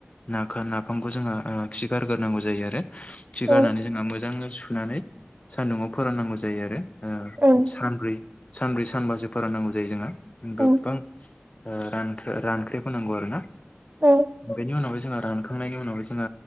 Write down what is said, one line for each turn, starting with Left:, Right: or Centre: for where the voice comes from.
Left: नाखौ नाफामखौ जोङो खि गारगोरनांगौ जायो आरो। खि
Right: औ
Left: गारनानै जोंहा मोजाङै सुनानै सान्दुंङाव फोराननांगौ जायो आरो। ओ
Right: औ
Left: सानब्रै सानब्रै सानबासो फोराननांगौ जायो जोंहा गोबां
Right: औ
Left: रान रानख्रेब होनांगौ आरोना
Right: औ
Left: बेनि उनाव जोंहा रानखांनायनि उनावहाय जोङो